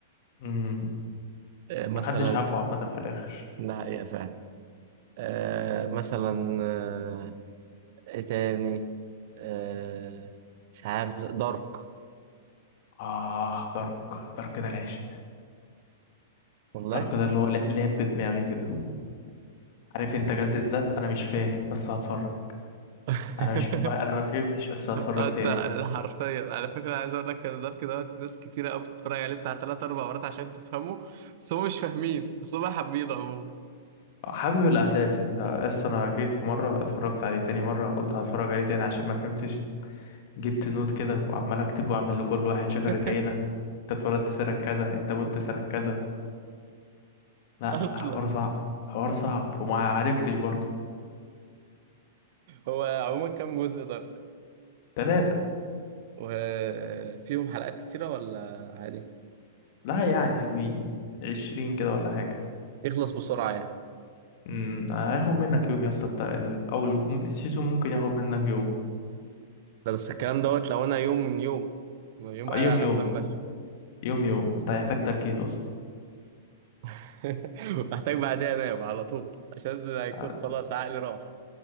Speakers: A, on the left; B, on the right.
A: امم
B: آه مثلا
A: محدش حبه عامة في الاخر
B: ده حقيقة فعلا آه مثلا آه ايه تاني آه مش عارف دارك
A: اه دارك دارك ده العشق
B: والله
A: الدارك ده اللي هو لا- لعب بدماغي كده عارف انت جلد الذات انا مش فاهم بس هتفرج
B: <laughs>
A: انا مش انا ما فهمتش بس هتفرج
B: انت
A: تاني
B: حرفيا على فكره انا عايز اقول لك ان دارك دوت ناس كتيره قوي بتتفرج عليه بتاع ثلاث اربع مرات عشان تفهمه بس هم مش فاهمين بس هم حابين عموما
A: حابب الاحداث اللي اصل انا جيت في مره اتفرجت عليه تاني مره قلت هتفرج عليه تاني عشان ما فهمتش جبت نوت كده وعمال اكتب واعمل لكل واحد
B: <laughs>
A: شجره عيله انت اتولدت سنه كذا انت مت سنه كذا لا
B: اصلا
A: حوار صعب حوار صعب وما عرفتش برضه
B: هو عموما كام جزء دارك
A: تلاتة
B: وفيهم حلقات كتيره ولا عادي
A: لا يعني حلوين عشرين كده ولا حاجه
B: يخلص بسرعه يعني
A: امم هياخد منك يوم يا اسطى الت- ال- او ال- السيزون ممكن ياخد منك يوم
B: ده بس الكلام دوت لو انا يوم يوم يوم
A: آه،
B: قاعد
A: يوم
B: على
A: يوم
B: الافلام بس
A: يوم يوم انت هيحتاج تركيز اصلا
B: <laughs> محتاج بعدها انام على طول عشان هيكون
A: هذا
B: خلاص عقلي راح